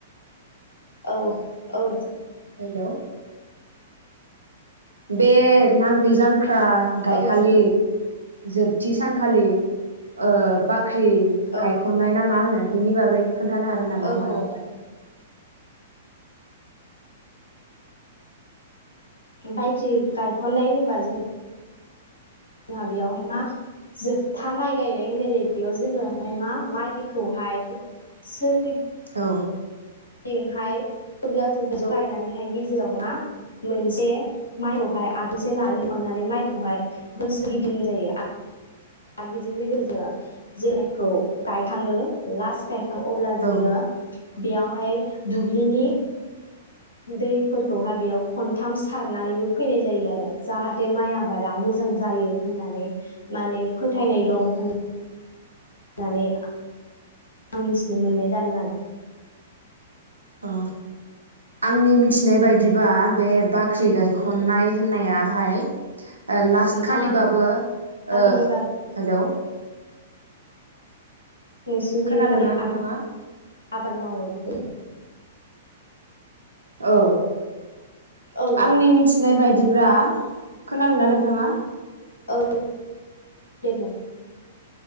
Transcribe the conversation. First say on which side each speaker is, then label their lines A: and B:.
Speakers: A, on the left (about 70°); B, on the right (about 75°).
A: औ औ दे सों।
B: हेलौ बे नांगोल जांख्रा आ गायखालि
A: औ दे सों
B: जोबथि सानखालि ओ बाख ख्रि
A: औ
B: गायखननाय ना मा होनो बिनि बागै खोन्थानो हागोन नामा
A: औ
B: मालाबा
A: औ बायख्रि गायख'नाय होनोब्ला जों जोंहा बेयावहाय मा जोबथा माइ गायनाय होननाय जायो बेयाव जोङोहाय मा माइखौहाय सोर
B: औ
A: थिंहाय थुबजा थुब ज' गायनानैहाय गेजेरावहाय मा मोनसे माइखौहाय आथुमसे लानानै खननानै माइखौहाय <unintelligible> गिदिं जायो आरो आरो बेजों लोगोसे जायखौ गायखाङो लास्ट गाय हां अब्ला
B: औ
A: जोङो बेयावहाय दुब्लिनि दैफोरखौहाय बेयाव खनथाम सारनानैबो फैनाय जायो आरो जाहाथे माइ आबादा मोजां जायो होननानै माने फोथायनाय दं होन नानै आं मिथिनो मोननाय जादों आरो
B: अ आंनि मिथिनाय बायदिबा बे बाख्रि गायखननाय होननाया आहाय ओ लास्ट
A: नोंथाङा
B: खालिबाबो ओ
A: बिनि
B: हेलौ
A: नोंसिनिथि
B: खोनादोंना
A: मारै
B: नोंथाङा?
A: आ आबाद मावो बेफोर
B: औ
A: औ औ
B: आंनि मिथिनाय बायदि ब्रा खोनादोंना नोंथाङा
A: औ दे बुं